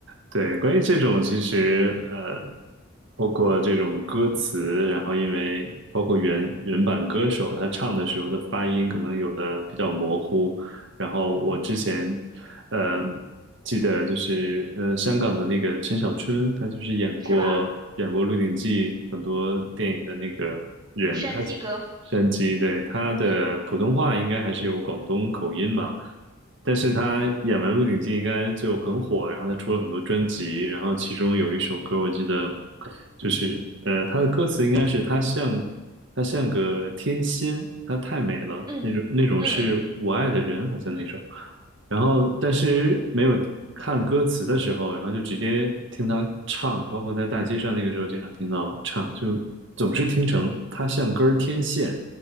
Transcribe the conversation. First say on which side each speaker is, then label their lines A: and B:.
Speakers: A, on the right; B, on the right.
A: 对，关于这种，其实呃，包括这种歌词，然后因为包括原原版歌手他唱的时候的发音，可能有的比较模糊。然后我之前呃记得就是呃香港的那个陈小春，他就是演过演过《鹿鼎记》很多电影的那个人，
B: 是吧？山鸡哥，
A: 他山鸡，对，他的普通话应该还是有广东口音嘛。
B: 嗯
A: 但是他演完《鹿鼎记》应该就很火，然后他出了很多专辑，然后其中有一首歌我记得就是呃，他的歌词应该是他像他像个天仙，她太美了那种那种是我爱的人，
B: 嗯嗯，
A: 好像那首。然后但是没有看歌词的时候，然后就直接听他唱，包括在大街上那个时候经常听到唱，就总是听成他像根儿天线，